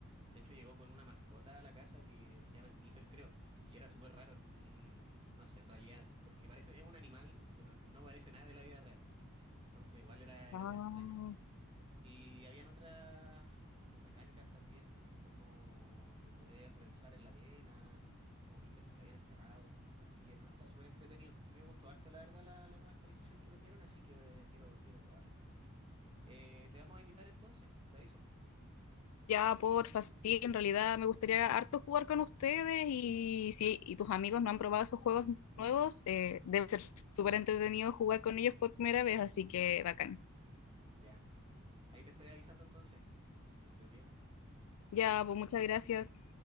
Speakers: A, on the right; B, on the left.
A: De hecho, llegó con una mascota a la casa que se llama Sniffer, creo. Y era súper raro, es como un, no sé, en realidad, porque parece, es un animal, pero no parece nada de la vida real. Entonces igual era, era
B: Ah.
A: medio extraño. Y habían otras como mecánicas también, como de poder revisar en la arena, como ítems que habían enterrado. Así que no, está súper entretenido. A mí me gustó harto, la verdad, la, la nueva actualización que metieron, así que eh, quiero, quiero probarlo. Eh, te vamos a invitar entonces, te aviso.
B: Ya, porfa, sí, en realidad me gustaría harto jugar con ustedes y si y tus amigos no han probado esos juegos nuevos, eh, debe ser súper entretenido jugar con ellos por primera vez, así que bacán.
A: Ya, ahí te estoy avisando entonces, que estés bien.
B: Ya, pues muchas gracias.